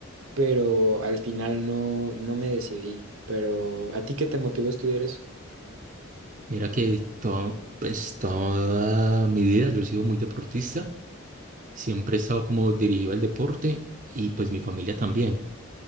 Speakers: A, on the right; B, on the right.
A: pero al final no, no me decidí. Pero ¿a ti qué te motivó a estudiar eso?
B: Mira que toda, pues, toda mi vida yo he sido muy deportista, siempre he estado como dirigido al deporte y pues mi familia también.